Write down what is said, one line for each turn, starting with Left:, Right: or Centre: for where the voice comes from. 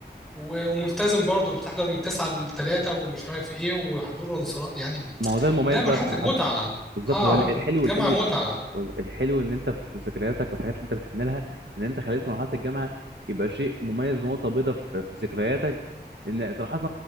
Centre: و- وملتزم برضو بتحضر من 9 ل 3 ومش عارف ايه وحضور وانصراف يعني
Right: ما هو ده المميز
Centre: لا مرحلة
Right: بقى في مرحله
Centre: المتعة
Right: بالظبط
Centre: اه
Right: هو الحلو
Centre: الجامعة
Right: والحلو
Centre: متعة
Right: الحلو ان انت في ذكرياتك والحاجات اللي انت بتحن لها ان انت خليت مرحله الجامعه يبقى شيء مميز نقطه بيضاء في في ذكرياتك ان صراحه